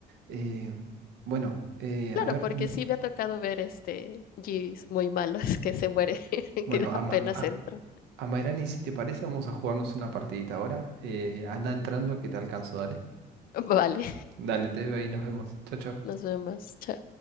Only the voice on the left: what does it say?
Claro,
porque
sí me ha tocado ver este Gs muy malos <laughs> que se muere, <laughs>
que
apenas
entra.
Vale,
nos vemos, chao.